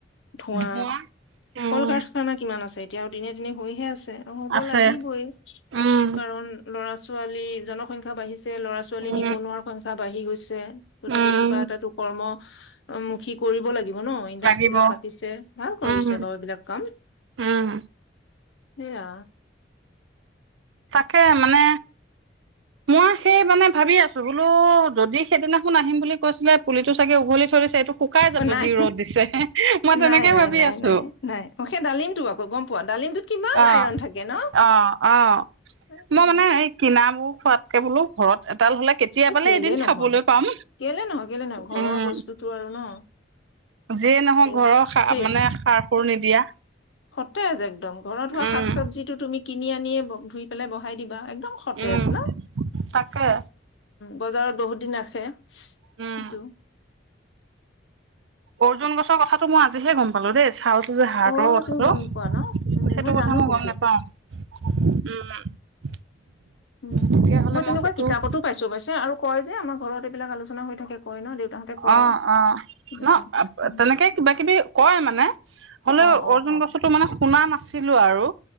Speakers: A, on the left; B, on the right.
A: ধোৱা
B: ধোঁৱা উম
A: কল কাৰখানা কিমান আছে এতিয়াও দিনে দিনে হৈহে আছে। হ'ব
B: আছে
A: লাগিবই
B: উম
A: কাৰণ ল'ৰা ছোৱালী জনসংখ্যা বাঢ়িছে ল'ৰা ছোৱালী
B: উম
A: নিবনুৱাৰ সংখ্যা বাহি গৈছে গতিকে
B: উম
A: কিবা এটাতটো কৰ্ম অ মুুখী কৰিব লাগিব ন ইণ্ডাষ্ট্ৰী
B: লাগিব
A: বিলাক পাতিছে ভাল কৰিছে
B: উম
A: বাৰু এইবিলাক কাম
B: উম
A: সেইয়া
B: তাকে মানে মই সেই মানে ভাবি আছোঁ বোলো যদি সেইদিনাখন আহিম বুলি কৈছিলে পুলিটো চাগে উঘলি থই‌ দিছে এইটো শুকাই যাব
A: অ নাই
B: যি ৰ'দ দিছে মই তেনেকে
A: নাই নাই
B: ভাবি
A: নাই
B: আছো
A: নাই নাই অ সেই ডালিমটো আকৌ গম পোৱা ডালিমটোত কিমান
B: অ
A: আইৰন থাকে ন
B: অ অ
A: এ
B: মই মানে এই কিনাবোৰ খোৱাতকে বোলো ঘৰত এডাল হলে কেতিয়াবালে
A: এ কেলে
B: এদিন
A: নহয়
B: খাবলৈ পাম
A: কেলে নহয় কেলে নহয় ঘৰৰ
B: উম
A: বস্তুতো আৰু ন।
B: যিয়ে নহওক
A: ফেছ
B: ঘৰৰ সা
A: ফ্ৰেছ
B: মানে সাৰ সুৰ নিদিয়া
A: সতেজ একদম ঘৰত হোৱা
B: উম
A: শাক চবজিটো তুমি কিনি আনিয়ে ধুই পেলাই বহাই দিবা একদম সতেজ
B: উম
A: ন
B: তাকে
A: বজাৰত বহুত দিন ৰাখে। কিন্তু
B: উম অৰ্জুন গছৰ কথাটো মই আজিহে গম দে খালটো যে হাড়
A: অ
B: তলৰ কথাটো
A: তুমি গম নোপোৱা ন উম
B: সেইটো
A: জানো
B: কথা মই
A: কিন্তু
B: গম নোপাওঁ উম
A: উম
B: তেতিয়াহ'লে
A: মই তেনেকুৱা
B: সেইটো
A: কিতাপতো পাইছো পাইছো আৰু কয় যে আমাৰ ঘৰত এইবাক আলোচনা হৈ থাকে কয় ন দেউতাহঁতে কয়
B: অ অ
A: উম
B: ন তেনেকে কিবা কিবি কয় মানে হলেও
A: অ অ
B: অৰ্জুন
A: অ
B: গছতো মানে শুনা ছিলোঁ আৰু